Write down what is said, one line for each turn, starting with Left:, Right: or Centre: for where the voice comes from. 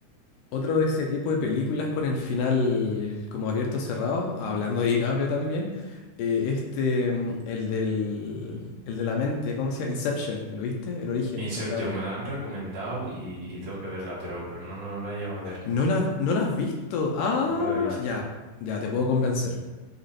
Left: Otro de ese tipo de películas con el final como abierto cerrado, hablando de DiCaprio también, eh, este, mm, el del, el de la mente, ¿cómo se llama? Inception, ¿lo viste? El origen,
Right: Inception
Left: acá.
Right: me la han recomendado y, y tengo que verla, pero, pero no, no la he llegado a ver.
Left: No la, no la has visto. Ah,
Right: No la he visto.
Left: ya, ya, te puedo convencer.